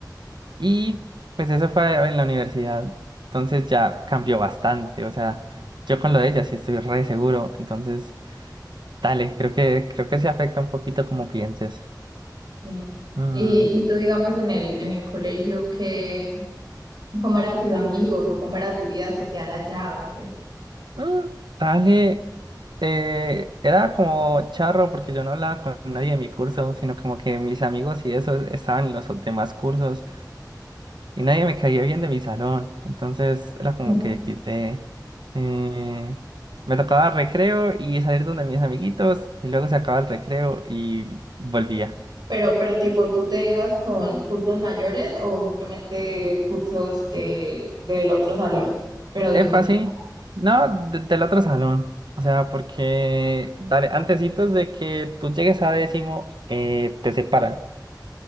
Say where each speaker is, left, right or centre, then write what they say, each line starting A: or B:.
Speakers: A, on the right; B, on the right.
A: Y pues eso fue en la universidad. Entonces ya cambió bastante. O sea, yo con lo de ella sí estoy re seguro. Entonces, dale, creo que, creo que se afecta un poquito como pienses.
B: Sí.
A: Mm,
B: Y, y tú, digamos, en el, en el colegio, que, ¿cómo eran tus amigos o cómo era tu vida social allá? o qué?
A: mm, dale. Eh, era como charro porque yo no hablaba con nadie de mi curso, sino como que mis amigos y eso estaban en los demás cursos. y nadie me caía bien de mi salón. Entonces era como
B: <laughs>
A: que quité. eh, me tocaba recreo y salir donde mis amiguitos y luego se acaba el recreo y volvía.
B: Pero, pero tipo, ¿tú te ibas con cursos mayores o simplemente cursos de, del otro salón? Pero de
A: Epa,
B: tu mismo.
A: sí. No, de- del otro salón. O sea, porque dale, antecitos de que tú llegues a décimo, eh, te separan.